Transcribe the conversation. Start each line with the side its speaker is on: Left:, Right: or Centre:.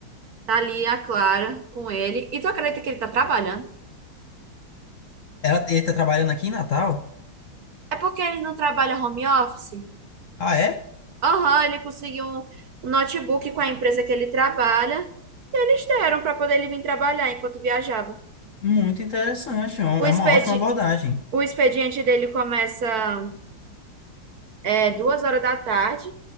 Right: Tá ali a Clara com ele. E tu acredita que ele tá trabalhando?
Left: Ela, ele tá trabalhando aqui em Natal?
Right: É porque ele não trabalha home office?
Left: Ah, é?
Right: Aham, ele conseguiu um um notebook com a empresa que ele trabalha. E eles deram para poder ele vir trabalhar enquanto viajava.
Left: Muito interessante. É um-
Right: O
Left: é
Right: expedi-
Left: uma ótima abordagem.
Right: o expediente dele começa é, duas horas da tarde.